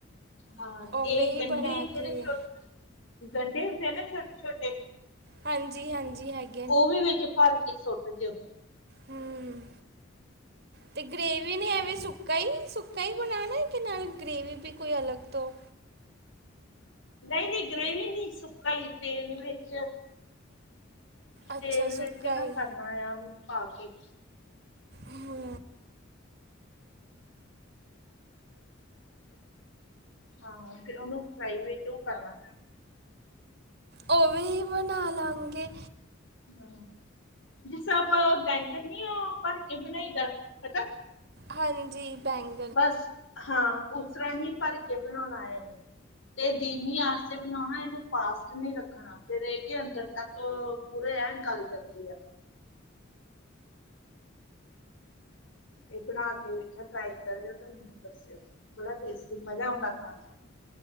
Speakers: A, on the left; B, on the right.
A: ਹਾਂ, ਤੇ
B: ਉਵੇਂ
A: ਇਹ
B: ਹੀ
A: ਗੰਢੇ
B: ਬਣਾ
A: ਜਿਹੜੇ
B: ਕੇ।
A: ਛੋਟੇ, ਗੰਢੇ ਹੁੰਦੇ ਆ ਨਾ ਛੋਟੇ -ਛੋਟੇ
B: ਹਾਂਜੀ, ਹਾਂਜੀ, ਹੈਗੀ
A: ਉਹ ਵੀ ਵਿੱਚ ਭਰ ਕੇ ਸੁੱਟ ਦਿਓ
B: ਹੂੰ ਤੇ ਗ੍ਰੇਵੀ ਨੇ ਐਵੇਂ ਸੁੱਕਾ ਹੀ ਸੁੱਕਾ ਹੀ ਬਣਾਉਣਾ ਕਿ ਨਾਲ ਗ੍ਰੇਵੀ ਵੀ ਕੋਈ ਅਲੱਗ ਤੋਂ
A: ਨਹੀਂ -ਨਹੀਂ ਗਰੇੇਵੀ ਨਹੀਂ, ਸੁਕਾ ਹੀ ਤੇਲ ਵਿੱਚ,
B: ਅੱਛਾ
A: ਤੇਲ
B: ਸੁੱਕਾ
A: ਵਿੱਚ ਨਾ
B: ਹੀ
A: ਕਰਨ ਨੂੰ ਪਾ ਕੇ
B: ਹੂੰ
A: ਹਾਂ ਉਹਨੂੰ ਫਰਾਈ ਵਿੱਚ ਉਹ ਕਰਨਾ
B: ਉਹਵੇ ਬਣਾ ਲਵਾਂਗੇ
A: ਹਮ ਜਿਸ ਤਰ੍ਹਾਂ ਆਪਾਂ ਬੈਂਗਣ ਨੀ ਉਹ ਭਰ ਕੇ ਬਣਾਈ ਦਾ, ਪਤਾ
B: ਹਾਂਜੀ ਬੈਂਕ
A: ਬਸ ਹਾਂ, ਉਸ ਤਰ੍ਹਾਂ ਹੀ ਭਰ ਕੇ ਬਣਾਉਣਾ ਹੈ ਇਹਨੂੰ ਤੇ ਦੀਮੀ ਆਂਚ ਤੇ ਬਣਾਉਣਾ ਇਹਨੂੰ ਫਾਸਟ ਨਹੀ ਰੱਖਣਾ ਫਿਰ ਇਹ ਕੇ ਅੰਦਰ ਤੱਕ ਪੂਰੇ ਐਂ ਗੱਲ ਜਾਂਦੇ ਆ ਇਹ ਬਣਾ ਕੇ ਵੇਖਿਆ ਟਰਾਈ ਕਰਿਓ ਤਾਂ ਮੈਨੂੰ ਦੱਸਿਓ ਬੜਾ ਟੇਸਟੀ, ਮਜ਼ਾ ਆਉਂਦਾ ਖਾਣ ਦਾ